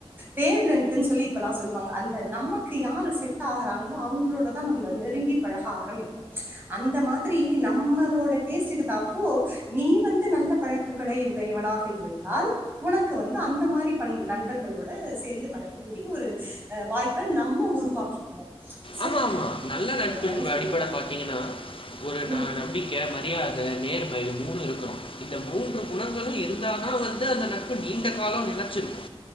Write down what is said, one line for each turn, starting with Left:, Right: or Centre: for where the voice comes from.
Right: வேவ்லென்த்ன்னு சொல்லி இப்பல்லாம் சொல்லுவாங்க அந்த நமக்கு யாரு செட் ஆராங்களோ அவங்களோட தா நம்ம நெருங்கி பழக ஆரம்பிப்போ அந்த மாதிரி நம்மளோட டேஸ்டுக்கு தா அப்போ நீ வந்து நல்ல பழக்கங்களை உடையவனாக இருந்தால் உனக்கு வந்து அந்த மாரி நண்பர்களோட சேர்ந்து பழகக்கூடிய ஒரு வாய்ப்பை நம்ம உருவாக்கி <unintelligible>
Left: ஆமா ஆமா நல்ல நட்பு
Right: மாரி சொல்லியிருக்காங்க
Left: அடிப்படை பாத்தீங்கன்னா ஒரு
Right: ம்
Left: நா நம்பிக்கை மரியாதை நேர் இது மூணு இருக்கணு இந்த மூன்று குணங்களு இருந்தா வந்து அந்த நட்பு நீண்ட காலம் நிலச்சிருக்கு